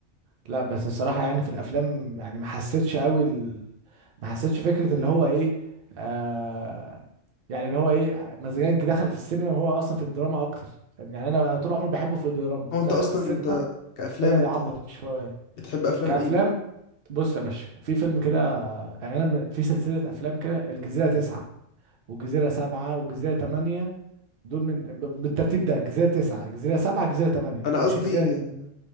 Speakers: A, on the right; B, on the left.
A: لا بس الصراحة يعني في الأفلام يعني ما حسيتش قوي ال... ما حسيتش فكرة اللي هو إيه آه يعني اللي هو إيه مزجنجي دخل في السينما وهو أصلا في الدراما أكتر يعني أنا أنا طول عمري بحبه في الدراما
B: هو انت
A: دخل
B: اصلا
A: في السينما
B: انت كافلام
A: بدأ
B: انت
A: يعبط شوية
B: بتحب افلام
A: كأفلام
B: ايه
A: بص يا باشا في فيلم كده يعني أنا من- في سلسلة أفلام كده الجزيرة تسعة وجزيرة سبعة وجزيرة تمانية دول من ب- بالترتيب ده جزيرة تسعة جزيرة سبعة جزيرة تمانية
B: انا
A: مش
B: قصدي
A: الجزيرة
B: آه،